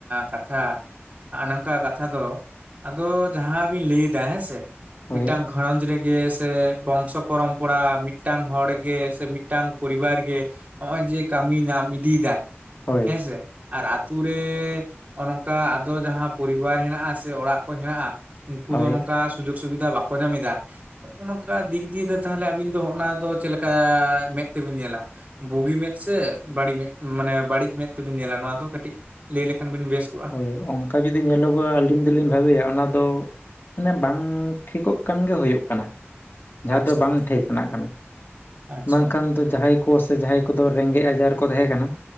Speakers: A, on the right; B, on the left.
A: ᱠᱟᱛᱷᱟ ᱟᱨ ᱱᱚᱝᱠᱟ ᱠᱟᱛᱷᱟ ᱫᱚ ᱟᱫᱚ ᱡᱟᱦᱟᱸ ᱵᱤᱱ ᱞᱟᱹᱭᱫᱟ ᱦᱮᱸ ᱥᱮ
B: ᱦᱳᱭ
A: ᱢᱤᱫᱴᱟᱝ ᱜᱷᱟᱨᱚᱸᱡᱽ ᱨᱮᱜᱮ ᱥᱮ ᱵᱚᱝᱥᱚ ᱯᱚᱨᱚᱢᱯᱚᱨᱟ ᱢᱤᱫᱴᱟᱝ ᱦᱚᱲ᱾ ᱜᱮ ᱥᱮ ᱢᱤᱫᱴᱟᱝ ᱯᱚᱨᱤᱵᱟᱨ ᱜᱮ ᱱᱚᱜᱼᱚᱭ ᱡᱮ ᱠᱟᱹᱢᱤ ᱧᱟᱢ ᱤᱫᱤᱭᱮᱫᱟᱭ
B: ᱦᱳᱭ
A: ᱦᱮᱸᱥᱮ᱿ ᱟᱨ ᱟᱛᱳ ᱨᱮ ᱱᱚᱝᱠᱟ ᱟᱫᱚ ᱡᱟᱦᱟᱸ ᱯᱚᱨᱤᱵᱟᱨ ᱦᱮᱱᱟᱜᱼᱟ ᱥᱮ ᱚᱲᱟᱜ ᱠᱚ ᱦᱮᱱᱟᱜᱼᱟ᱾ ᱩᱱᱠᱩ
B: ᱦᱳᱭ
A: ᱫᱚ ᱱᱚᱝᱠᱟ ᱥᱩᱡᱳᱜ ᱥᱩᱵᱤᱫᱷᱟ ᱵᱟᱠᱚ ᱧᱟᱢ ᱮᱫᱟ ᱱᱚᱜᱻᱚᱭ ᱱᱚᱝᱠᱟ ᱫᱤᱠ ᱫᱤᱭᱮ ᱫᱚ ᱛᱟᱦᱚᱞᱮ ᱟᱵᱤᱱ ᱫᱚᱜ ᱪᱮᱫ ᱠᱟ ᱢᱮᱸᱫ ᱛᱮᱵᱤᱱ ᱧᱮᱞᱟ᱾ ᱵᱩᱜᱤ ᱢᱮᱫ ᱥᱮ ᱵᱟᱹᱲᱤᱡ ᱢᱮᱫ ᱢᱟᱱᱮ ᱵᱟᱹᱲᱤᱡ ᱢᱮᱫ ᱛᱮᱵᱮᱱ ᱧᱮᱞᱟ ᱱᱚᱣᱟ ᱫᱚ ᱠᱟᱹᱴᱤᱡ᱾ ᱞᱟᱹᱭ ᱞᱮᱠᱷᱟᱱ ᱵᱤᱱ ᱵᱮᱥ ᱠᱚᱜᱼᱟ᱾
B: ᱦᱳᱭ ᱚᱱᱠᱟ ᱡᱩᱫᱤ ᱧᱮᱞᱚᱜᱚᱜᱼᱟ ᱟᱹᱞᱤᱧ ᱫᱚᱞᱤᱧ ᱵᱷᱟᱵᱮᱭᱟ ᱚᱱᱟ ᱫᱚ ᱢᱟᱱᱮ ᱵᱟᱝ ᱴᱷᱤᱠᱚᱜ ᱠᱟᱱᱜᱮ ᱦᱩᱭᱩᱜ ᱠᱟᱱᱟ ᱡᱟᱦᱟᱸ
A: ᱟᱪᱪᱷᱟ
B: ᱫᱚ ᱵᱟᱝ ᱴᱷᱤᱠᱱᱟᱜ ᱠᱟᱱᱟ᱾
A: ᱟᱪᱪᱷᱟ
B: ᱵᱟᱝᱠᱷᱟᱱ ᱫᱚ ᱡᱟᱦᱟᱸᱭ ᱠᱚ ᱥᱮ ᱡᱟᱦᱟᱸᱭ ᱠᱚᱫᱚ ᱨᱮᱸᱜᱮᱡ ᱟᱡᱟᱨ ᱠᱚ ᱛᱟᱦᱮᱸ ᱠᱟᱱᱟ